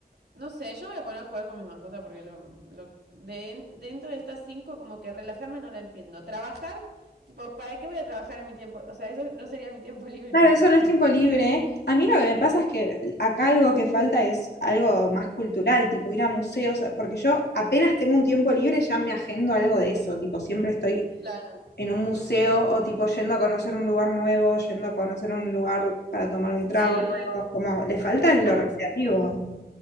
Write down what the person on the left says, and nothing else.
Claro, eso no es tiempo libre. A mí lo que me pasa es que acá algo que falta es algo más cultural, tipo ir a museos, porque yo apenas tengo un tiempo libre ya me agendo algo de eso, tipo siempre estoy
en un museo o tipo yendo a conocer un lugar nuevo, yendo a conocer un lugar para tomar un
trago nuevo, como le falta lo
recreativo.